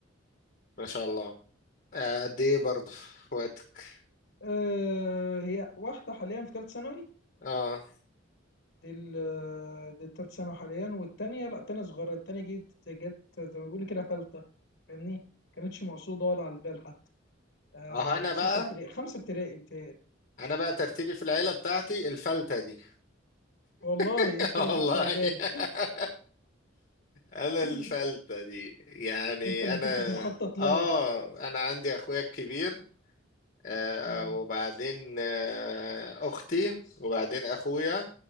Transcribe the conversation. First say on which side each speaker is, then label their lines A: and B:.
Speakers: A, on the left; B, on the left.
A: ما شاء الله آه، قد ايه برضه في وقتك
B: أه هي واحده حاليا في ثالث ثانوي
A: اه
B: دي ال آه، دي التالت ثانوي حاليا والتانية لا تانية صغيرة التانية جت زي جت زي ما بيقولوا كده فلتة فاهمني كانتش مقصودة ولا على البال حتى أه
A: اه انا
B: في
A: بقى
B: ستة ابتدائي خمسة ابتدائي بتهيألي
A: انا بقى ترتيبي في العيله بتاعتي الفلته دي
B: والله
A: <laughs>
B: انت اللي
A: والله
B: كنتش على البال
A: <laughs> انا
B: <clears throat>
A: الفلته دي يعني
B: انت اللي ما
A: انا
B: كنتش مخطط له
A: اه انا عندي اخويا الكبير آه
B: مم.
A: وبعدين آه اختي وبعدين اخويا